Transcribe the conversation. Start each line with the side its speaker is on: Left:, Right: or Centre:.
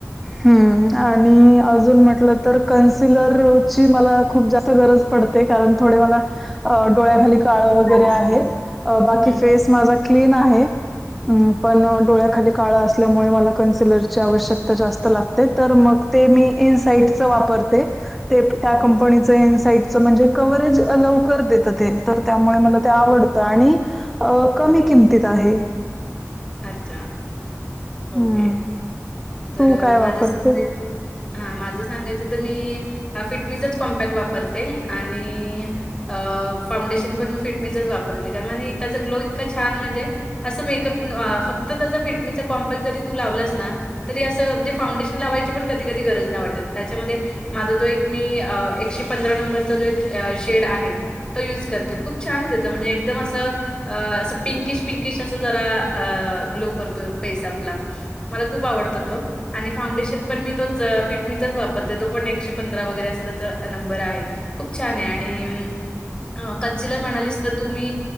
Centre: हम्म, आणि अजून म्हटलं तर कन्सिलरची मला खूप जास्त गरज पडते, कारण थोडे मला, डोळ्याखाली काळ वगैरे
Left: गावसारखं.
Centre: आहे,
Left: हं,
Centre: बाकी
Left: हं.
Centre: फेस माझा क्लीन आहे. पण डोळ्याखाली काळ असल्यामुळे मला कन्सलरची आवश्यकता जास्त मग ते मी इनसाईटच वापरते. ते त्या कंपनीचं
Left: अच्छा.
Centre: इनसाइटचं म्हणजे कव्हवरेज अ लवकर देतं ते. तर त्यामुळे मला
Left: हं.
Centre: ते आवडतं, आणि कमी
Left: बरोबर.
Centre: किमतीत आहे.
Left: अच्छा,
Centre: हं.
Left: ओके. तर
Centre: तू काय
Left: माझ
Centre: वापरते?
Left: सांगायच, हा, माझं सांगायचं तर मी हा फिटमीचच कॉम्पॅक्ट वापरते, आणि अ फाउंडेशन पण मी फिटमीचच वापरते, कारण आणि त्याचा ग्लो इतका छान म्हणजे. असं मेकअप, फक्त त्याचा फिटमीचा कॉम्पल्स जरी, तू लावलास ना. तरी असं, म्हणजे फाउंडेशन लावायची पण कधी कधी गरज नाही वाटत, त्याच्यामध्ये माझा तो एक मी, एकशे पंधरा नंबरचा जो एक शेड आहे. तो यूज करते, खूप छाने त्याच, म्हणजे एकदम असं अ असं, पिंकिश पिंकिश असं जरा, अ ग्लो करतो फेस आपला. मला खूप आवडतं तो. आणि फाउंडेशन पण मी तोच फिटमीचाच वापरते, तो पण एकशे पंधरा वगैरे असं त्याचा नंबर आहे. खूप छाने, आणि कन्सिलर म्हणालीस तर तु मी,